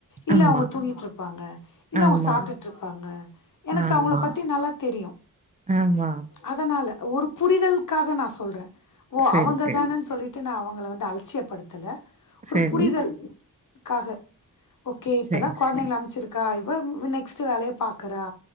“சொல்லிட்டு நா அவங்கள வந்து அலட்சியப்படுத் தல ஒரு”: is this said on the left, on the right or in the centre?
Left